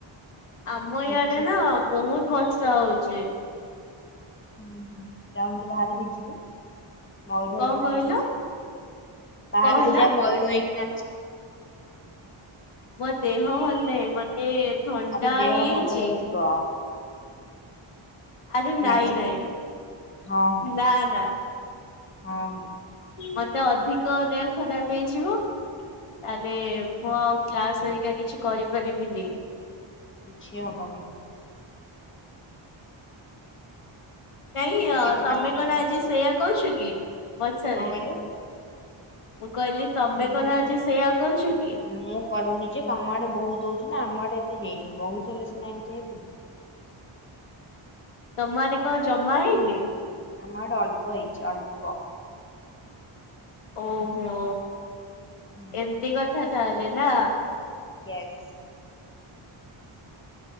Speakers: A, on the left (about 85°); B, on the left (about 25°).
A: ଆମ
B: ଝିପ୍
A: ଇଆଡେ
B: ଝିପ୍
A: ନା ବହୁତ ବର୍ଷା ହଉଛି।
B: ହୁଁ ହୁଁ ଯାଉନୁ ତୁ ବାହାରିକି ଯିବୁ। ମୟୁର
A: କଣ
B: ହେଇକି ନାଚିବୁ,
A: କହିଲ?
B: ବାହାରକୁ
A: କଣ ହେଲା
B: ଯା ମୟୁର ହେଇକି ନାଚି
A: ମୋ ଦେହ ଭଲ ନାହିଁ ମତେ ଥଣ୍ଡା
B: ଆବେ
A: ହେଇଚି।
B: ଦେହ ଭଲ ହେଇଯିବ
A: ଆରେ ନାଇଁ
B: ନାଚିଲେ
A: ନାଇଁ,
B: ହଁ ହଁ
A: ନା ନା।
B: ହଁ, ହଁ।
A: ମତେ ଅଧିକ ଦେହ ଖରାପ ହେଇଯିବ। ତାହେଲେ ମୁଁ ଆଉ କ୍ଲାସ ହେରିକା କିଛି କରିପାରିବିନି।
B: କିଛି ହବନି।
A: ନାଇଁ
B: ଟିକେ
A: ଅ
B: ତ
A: ତମେ
B: ନାଚିବୁ
A: କଣ
B: ଆଉ
A: ଆଜି ସେୟା କହୁଛ କି ବର୍ଷାରେ?
B: କହିଲୁ
A: ମୁଁ କହିଲି ତମେ
B: ମୁଁ
A: କଣ ଆଜି ସେଇଆଗ <unintelligible> ଅଛ କି।
B: ମୁଁ କରୁନି ଯେ ତମ ଆଡେ ବୋହୁତ ହୋଉଛି ନା ଆମ ଆଡେ ଏତେ ହେଇନି ବହୁତ ହେଲେ ସିନା ଏମିତି ହେବି।
A: ତମ ଆଡେ କଣ ଜମା ହେଇନି?
B: ଆମ ଆଡେ ଅଳ୍ପ ହେଇଛି ଅଳ୍ପ।
A: ଓହୋ
B: ହୁଁ।
A: ଏମତି କଥା ତାହେଲେ ନା।
B: ୟସ୍।